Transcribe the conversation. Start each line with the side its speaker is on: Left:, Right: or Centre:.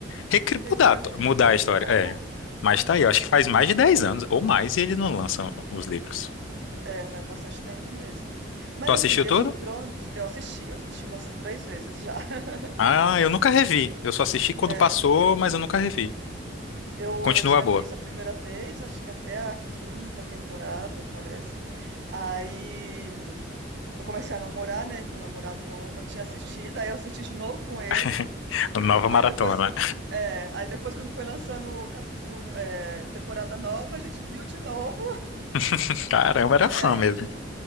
Left: recri-
Right: reescrever.
Left: mudar, mudar a história.
Right: <laughs>
Left: É. Mas tá aí, eu acho que faz mais de dez anos ou mais e ele não lança os livros.
Right: É, faz bastante tempo mesmo. Mas
Left: Tu assistiu
Right: assim, Game
Left: todo?
Right: of Thrones, eu assisti, eu assisti umas três vezes já. <laughs>
Left: Ah, eu nunca revi. Eu só assisti quando
Right: É,
Left: passou, mas eu nunca revi.
Right: eu,
Left: Continua
Right: eu tinha
Left: boa.
Right: visto a primeira vez, acho que até a quinta temporada, parece. Aí Eu comecei a namorar, né? e Meu namorado não, não tinha assistido, aí eu assisti de novo com ele.
Left: <laughs> Nova maratona.
Right: Aí depois, é, aí depois quando foi lançando o capítulo, é, temporada nova, a gente viu de novo.
Left: <laughs> Caramba, era
Right: É,
Left: fã mesmo.